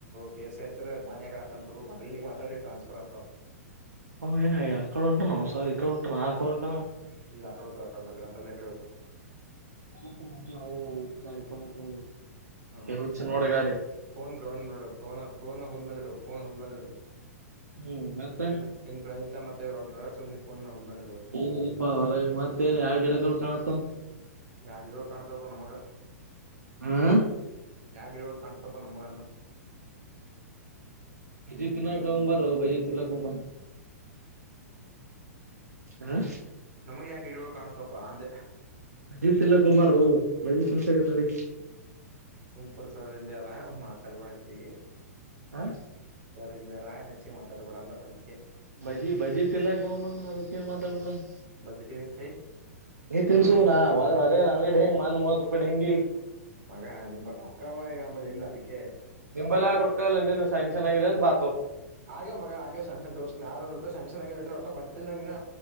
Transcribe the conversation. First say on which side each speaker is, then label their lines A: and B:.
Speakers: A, on the right; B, on the right.
A: ಪಿ ಎಸ್ ಎ ಹತ್ತ ತಾನಿಡೆ ಅಲ್ಲಂಪ್ರಭು ಪಲ್ಲಿ ಮಾತಾಡಿ ಟ್ರಾನ್ಸ್ಫರ್ ಆತವು.
B: ಏನಯ ಅಕಡ ಉಂಟನ ಸಾರಿ <unintelligible>
A: ಇಲ್ಲಲ್ಲಿ ಅಕಡೆ ಹತಾರೆ ಅಕಡಲ್ಲ ಗ್ರಂಥಲ್ಲ ಇಕಡೆ ಹೊತಾರೆ.
B: <inaudible>
A: ಹ್ಮ್
B: ಹುಚ್ಚ ನೋಡಗಾದೆ
A: ಫೋನ ಫೋ ಫೋನ ಗ್ರೌಂಡ್ ಮಾಡು ಹುಲ್ ಮೇಲಿಡು ಫೋನ್ ಹುಲ್ ಮೇಲಿಡು.
B: ಹ್ಮ್ ಮತ್ತ
A: <unintelligible> ಪ್ರತ್ ಮತ್ತ ಒಂಟ ಸುಮ್ನೆ ಫೋನ್ ಹಲ್.
B: ಏನಿಲ್ಲಪ್ಪಾ ಹೊರ ಮತ್ತೇನ್ ಯಾವ ಗಿಡಗಳು ಕಾಣತ್ತ.
A: ಯಾಗ ತಾಣುತ್ತಪ್ಪ ನಮಗ.
B: ಹ್ಮ
A: <unintelligible> ಕ ಕಣುತ್ತಪ್ಪ ನಮಗೋಂದ.
B: ಬಜ್ಜಿ ತಿನ್ನಕೋಂಬಾರೂ ಬಜ್ಜಿ ತಿನಕ್ ಕಂಬಾರೋ. ಹ್ಮ
A: ನಮಗೆ ಯಾಕೆ ಗಿಡಗಳು ಕಾಣ್ತಪ್ಪಾ ಅಂದೆ.
B: ಮಜಿತ್ ಎಲ್ಲ ಕುಂಬಾರೋ ಮಜಿ <unintelligible> ನಡಿ.
A: ಸುಮಕೂಡ್ ಸರ್ ಹಿಂದೆರ ಮಾತಾಡ್ಬಳತಿ
B: ಹ
A: ಸರ್ ಹಿಂದೆರ. <unintelligible> ಹೆಚ್ಚಿ ಮಾತಾಡಬಾರಡ ಅಂದೆ ಅದಕ್ಕೆ.
B: ಬಜಿ ಬಜಿ ತಿಲಾಕ ಹೋಗಣಂದ್ರ ಅದಕ್ಕೇಏನ್ ಮಾತಾಡ್ಬಿಡ ಅಂ
A: ಬಜೆಟ್ ಏನಿಸ್ತಿ
B: ನೀ ತಿನ್ಸು ನ ಅದೇ ನಗಡೆ ಹೆಂಗ್ ಮೊನ್ ಮೂವತ್ ರೂಪಾಯಿ ಡೆಂಗಿ.
A: ಮಗ ನಿಂಬ ರೊಕ್ಕವ ನಂಬಲ್ಲಿ ಇಲ್ಲ ಅದಕ್ಕೆ.
B: ಮೊಬೈಲ್ ಆಗ ರೊಕ್ಕ ಇಲ್ಲೆನು ಸ್ಯಾಂಕ್ಷನ್ ಆಗಿಲ್ಲನ್ ಬ
A: ಅಗವ್ ಮಗ ಆಗವೆ ಸಾನ್ಶನ್ ತೋರ್ತನಿ ಆರನೂರು ರುಪಾಯಿ ಸನ್ಶನ್ ಆಗವೆ ರೊಕ್ಕ ಬಂದಲ್ಲ ನಂಗಿನ್ನ.